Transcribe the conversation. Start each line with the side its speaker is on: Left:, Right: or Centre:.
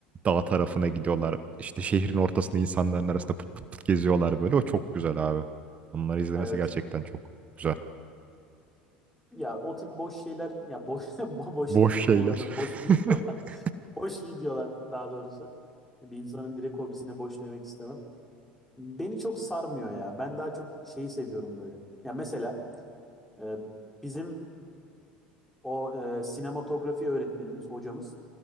Right: dağ tarafına gidiyorlar. İşte şehrin ortasında insanların arasında pıt pıt pıt geziyorlar böyle. O çok güzel abi. Onları izlemesi
Centre: evet.
Right: gerçekten çok güzel.
Centre: Ya o tip boş şeyler ya boş <laughs> bo- boş
Right: Boş
Centre: ne diyorum
Right: şeyler.
Centre: bu arada?
Right: <laughs>
Centre: Boş videolar. <laughs> Boş videolar daha doğrusu. Bir insanın direkt hobisine boş demek istemem. Beni çok sarmıyor ya. Ben daha çok şeyi seviyorum böyle. Ya mesela e, bizim o e, sinematografi öğretmenimiz, hocamız